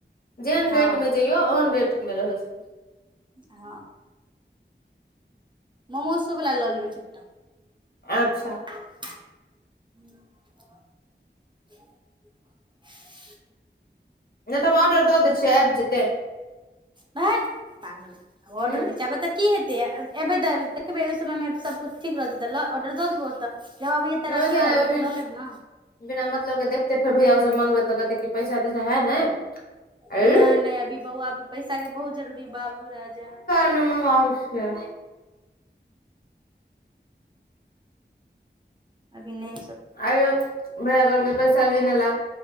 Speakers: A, on the left; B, on the right.
A: जेहन
B: हँ
A: रेटमे जैयौ ओहन रेटमे रहै छै।
B: हँ। मोमोस सब वला लऽ लेबै चुट्टा।
A: अच्छा।
B: <inaudible> <unintelligible> <inaudible>
A: नहि तऽ हम ऑर्डर दऽ दै छियै आबि जेतै।
B: भाट्ट पागल। ऑर्डर
A: हूं
B: दै छै आब ए तऽ की हेतै एबै तऽ देखबै ओहि समयमे सबकिछु ठीक रहतै तऽ ऑर्डर दऽ देबौ ओतऽ। जब आब एते
A: ओहि
B: रखले
A: दुआरे
B: रहत
A: अभी
B: तऽ लऽ लेब ने।
A: बिना मतलब के देखते फेर भैया ओसभ मंगबै तऽ कहते क पैसा तैसा है ने आंय
B: नहि नहि अभी बौआ अभी पैसा के बहुत जरूरी बाबू राजा।
A: <unintelligible>
B: अभी नै।
A: अइयो भइया कहलके पैसा गिनइ लेऽ